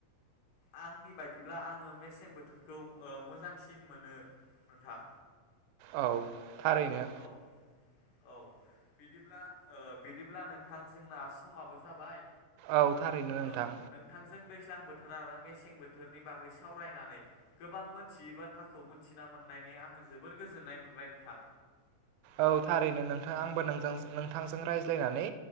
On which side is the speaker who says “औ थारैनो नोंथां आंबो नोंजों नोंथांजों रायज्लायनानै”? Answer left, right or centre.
Right